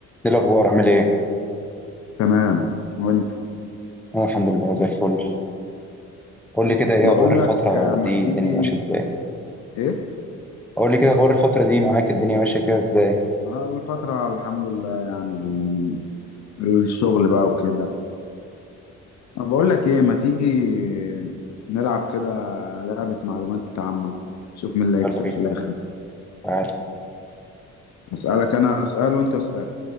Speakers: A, in the centre; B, on the left (about 65°).
A: ايه الاخبار عامل ايه
B: تمام وانت
A: انا الحمد لله زي الفل قول لي كده ايه
B: بقول
A: اخبار الفتره
B: لك آه، ما
A: دي
B: تيجي
A: الدنيا ماشيه ازاي
B: ايه
A: قول لي كده اخبار الفتره دي معاك الدنيا ماشيه فيها ازاي
B: آه، الفترة الحمد لله يعني ال- الشغل بقى وكده أنا بقول لك ايه ما تيجي نلعب كده لعبة معلومات عامة شوف مين اللي هيكسب
A: يلا بينا
B: في الاخر
A: تعالى
B: اسألك انا اسأل وانت اسأل